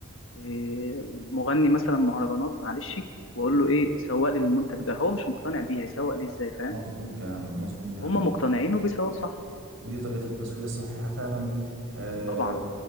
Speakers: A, on the left (about 60°); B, on the right (about 60°).
A: إيه، مغني مثلا مهرجانات معلش واقول له ايه سوق لي المنتج ده هو مش مقتنع بيه هيسوق ليه ازاي فاهم
B: مظبوط كلامك مظبوط كلامك
A: هم مقتنعين وبيسوقوا صح
B: ودي طريقة التسويق الصحيحة فعلا آه،
A: طبعا